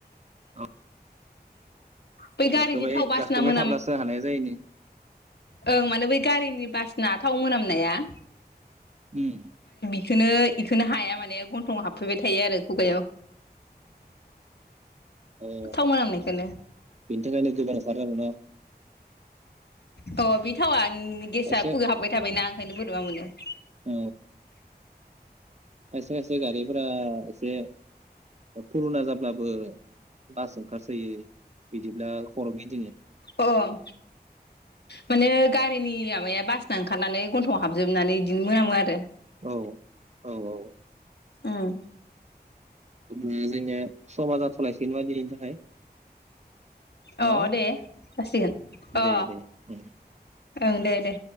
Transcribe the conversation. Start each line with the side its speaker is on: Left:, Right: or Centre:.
Right: औ
Left: बै गारिनि
Right: गाखोबाय
Left: थाव बासिना
Right: गाखोबाय
Left: मोनाम
Right: थाब्लासो हानाया जायो नो
Left: ओं माने बै गारिनि बास ना थाव मोनामनाया
Right: उम
Left: बेखौनो बेखौनो हाया माने गन्थं हाबफैबाय थायो आरो खुगायाव
Right: अ
Left: थाव मोनामनायखोनो
Right: बिनि थाखायनो गोबानो ओंखारो आरो न
Left: अ बि थावा उम गेसा
Right: खायसे
Left: खुगायाव हाबबाय थाबायना हायनो बोरैबा मोनदों
Right: औ खायसे खायसे गारिफोरा एसे फुरुना जाब्ला बो बास ओंखारसोयो बिदिब्ला खर' गिदिङो
Left: अ माने गारिनि माबाया बासना ओंखारनानै गन्थ'आव हाबजोबनानै इदिनो मोनामो आरो
Right: औ औ औ
Left: उम
Right: अब्ला जोंनिया समाज जाथ'लायसिगोनबा दिनैनि थाखाय न'
Left: अ दे जासिगोन अ
Right: दे दे उम
Left: ओं दे दे